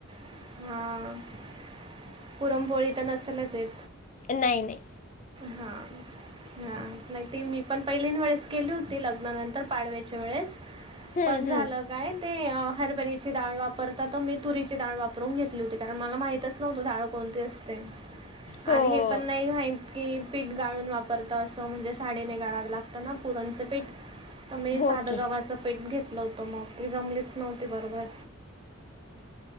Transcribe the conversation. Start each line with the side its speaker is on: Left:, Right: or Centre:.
Right: हा पुरण पोळी तर नसेलच येत.
Left: नाई नाई
Right: हां हा माहिती मी पण पहिलीन वेळेस केली होती लग्नानंतर पाडव्याच्या वेळेस
Left: हं,
Right: पण झालं
Left: हं.
Right: काय ते हरभरीची डाळ वारताात तर मी तुरीची डाळ वापरून घेतली होती कारण मला माहितच नव्हतं डाळ कोणती असते
Left: हो.
Right: आणि हे पण नाही माहित कि पीठ गाळून वापरत असं म्हणजे साडीने गाळावं लागतं ना पुरणचं पीठ तर मी साधं
Left: ओके.
Right: गव्हाचं पेठ घेतलं होतं मग ती जमलीच नव्हती बरोबर